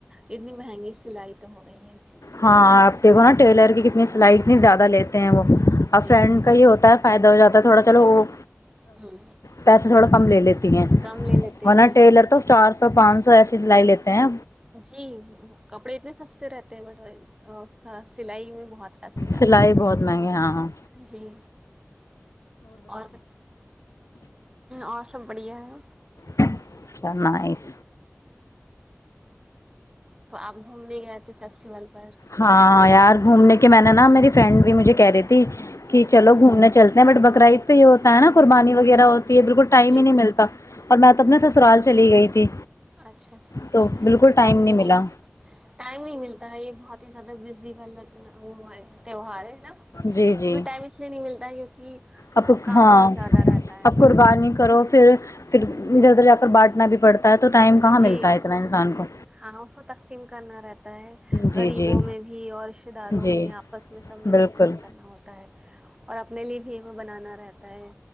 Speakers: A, on the right (about 15°); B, on the left (about 85°).
A: اتنی مہنگی سلائی تو ہو گئی ہے ہو
B: ہاں
A: نہیں پاتا
B: آپ دیکھو
A: ہے۔
B: نا ٹیلر کی کتنے فائی اتنی زیادہ لیتے ہیں وہ اور
A: جی
B: فرینڈ
A: جی
B: کا یہ ہوتا ہے فائدہ ہو جاتا ہے ا تھوڑا چلو وہ
A: ہوں
B: پیسہ تھوڑا کم لے لیتی ہیں
A: کم لے لیتے
B: ورنہ
A: ہیں جی
B: ٹیلر
A: بالکل
B: تو چار سو تو پانچ سو ایسی سلائی لیتے ہیں
A: جی کپڑے اتنے سستے رہتے ہیں بٹ اس کا سلائی میں بہت پیسے جاتے
B: سلائی
A: ہیں
B: بہت مہنگے ہاں ہاں
A: جی اور اور سب بڑھیا ہے
B: اچھا نائس
A: تو آپ گھومنے گئے تھے فیسٹیول پر
B: ہاں یار گھومنے کے کہ میں نے نا میری فرینڈ بھی مجھے کہہ رہی تھی کہ
A: ہوں
B: چلو گھومنا چلتے ہیں بٹ ب بکرا عید پہ یہ ہوتا ہےا قربانی وغیرہ یہ بالکل ٹائم
A: جی
B: ہی نہیں
A: جی
B: ملتا اور میں اپنے سسرال چلی گئی تھی
A: اچھا اچھا
B: تو بالکل ٹائم
A: اپ نے
B: نہیں ملا
A: ٹائم نہیں ملتا ہے یہ بہت زیادہ بزی وال وہ ہے تیوہار ہے اس
B: جی جی
A: میں ٹم اس لیے نہیں ملتا کیونکہ
B: اب
A: آ، کام
B: ہاں
A: بہت زیادہ رہتا ہے
B: اب قربانی کرو پھر پھر ادھر ادھر جا کر بانٹنا بھی پڑتا پتا ہے تو ٹائم کہاں
A: جی
B: ملتا ہے اتنا انسان کو
A: ہاں ہاں، اس کو تقسیم کرنا ہوتا ہے غریبوں
B: جی جی
A: میں بھی اور رشتہ داروں
B: جی
A: میں آپس میں سب میں
B: بالکل
A: تقسیم کرنا ہوتا ہے اور اپنے لیے بھی وہ بنانا رہتا ہے